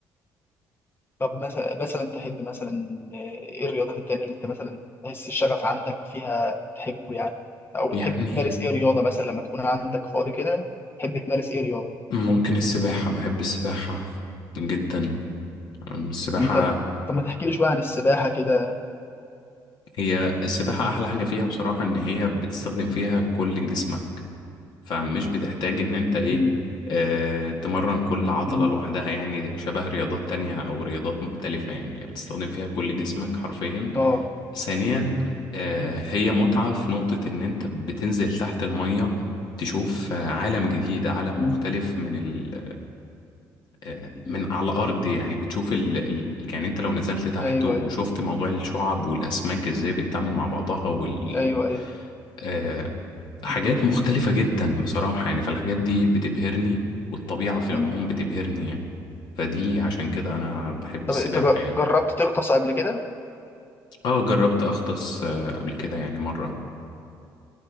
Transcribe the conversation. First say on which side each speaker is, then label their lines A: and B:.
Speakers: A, on the left; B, on the left.
A: طب مثلا مثلا تحب مثلا ايه الرياضات التانية اللي انت مثلا تحس الشغف عندك فيها تحبه يعني او
B: يعني
A: بتحب تمارس ايه رياضه مثلا لما تكون عندك فاضي كده تحب تمارس ايه رياضه
B: ممكن السباحة بحب السباحة جدا أم، السباحة
A: مم. طب طب ما تحكي لي شويه عن السباحه كده
B: هي السباحة أحلى حاجة فيها بصراحة إن هي بتستخدم فيها كل جسمك فمش بتحتاج إن أنت إيه
A: مم.
B: آه تمرن كل عضلة
A: مم.
B: لوحدها يعني شبه رياضات تانية أو رياضات مختلفة يعني بتستخدم فيها كل جسمك حرفيا
A: اه
B: ثانيا آه،
A: مم.
B: هي متعة في نقطة إن أنت بتنزل تحت المية تشوف آه، عالم جديد عالم
A: مم.
B: مختلف من ال آه،
A: مم.
B: من على الأرض يعني بتشوف ال ال- يعني أنت لو نزلت تحت
A: ايوه
B: وشفت
A: ايوه
B: موضوع الشعب والأسماك إزاي بتتعامل مع بعضها وال
A: ايوه ايوه
B: آه، حاجات
A: مم.
B: مختلفة جدا بصراحة يعني فالحاجات دي بتبهرني والطبيعة في العموم
A: مم.
B: بتبهرني يعني فدي عشان كده أنا بحب
A: طب
B: السباحة
A: انت جر-
B: يعني
A: جربت تغطس قبل كده
B: اه جربت أغطس آه، قبل كده يعني مرة